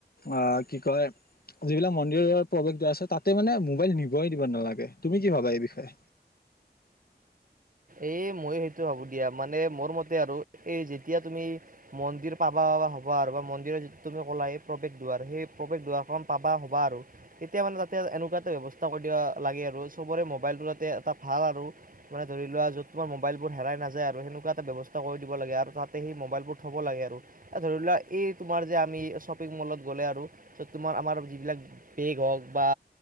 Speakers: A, on the left; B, on the right.
A: অ, কি কয় যিবিলাক মন্দিৰৰ প্ৰৱেশ আছে তাতে মানে মোবাইল নিবই দিব নালাগে তুমি কি ভাবা এই বিষয়ে
B: এই মই সেইটো ভাবোঁ দিয়া মানে মোৰ মতে আৰু এই যেতিয়া তুমি মন্দিৰ পাবা পা হ'বা আৰু বা মন্দিৰত য তুমি ক'লা এই প্ৰৱেশ দুৱাৰ সেই প্ৰৱেশ দুৱাৰখন পাবা হ'বা আৰু তেতিয়া মানে তাতে এনেকুৱা এটা ব্যৱস্থা কৰি দিয়া লাগে আৰু চবৰে মোবাইলটোতে এটা ভাল আৰু মানে ধৰি লোৱা য'ত তোমাৰোবাইলবোৰ হেৰাই নাযায় আৰু সনেুৱা এটা ব্যৱস্থা কৰি দিব লাগে আৰু তাতে সেই মোবাইলবোৰ থ'ব লাগে আৰু। ধৰি লোৱা এই তোমাৰ যে আমি শ্বপিং মলত গ'লে আৰু ত, তোমাৰ আমাৰ যিবিলাক বেগ হওক বা